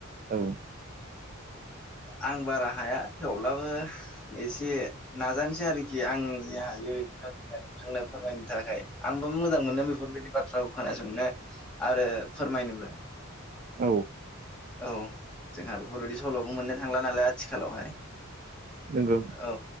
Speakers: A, on the right; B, in the centre.
A: औ।
B: आं बारा हाया थेवब्लाबो एसे नाजानोसै आरोखि आं जे हायो। थांनो फोरमायनो थाखाय आंबो मोजां मोनो बेफोरबायदि बाथ्राखौ खोनासंनो। आरो फोरमायनोबो।
A: औ‌।
B: औ जोंहा बेफोरबायदि सल'खौ मोननो थांला नालाय आथिखालावहाय
A: नंगौ
B: औ।